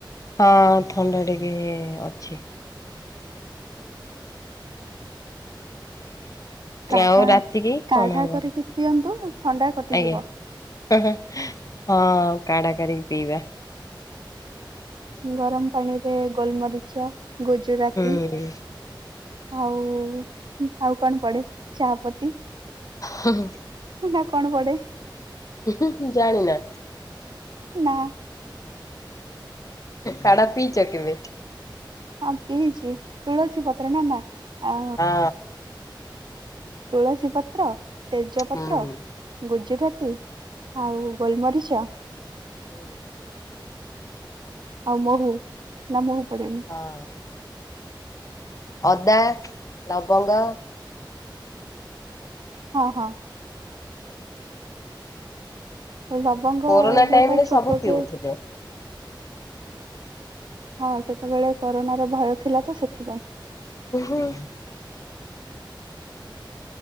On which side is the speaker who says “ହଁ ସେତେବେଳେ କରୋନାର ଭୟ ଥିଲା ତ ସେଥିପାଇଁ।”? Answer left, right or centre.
Right